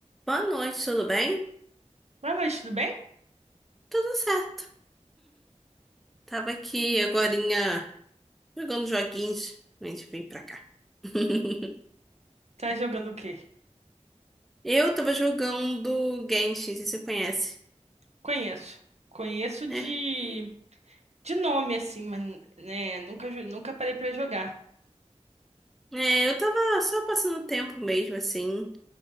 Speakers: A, in the centre; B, on the right.
A: Boa noite, tudo bem?
B: Boa noite, tudo bem?
A: Tudo certo. Tava aqui agorinha jogando joguinhos antes de vir pra cá. <laughs>
B: Tá jogando o quê?
A: Eu tava jogando Genshin, se você conhece,
B: Conheço. Conheço
A: né?
B: de, de nome, assim, mas né, nunca, jo- nunca parei pra jogar.
A: É, eu tava só passando tempo mesmo, assim,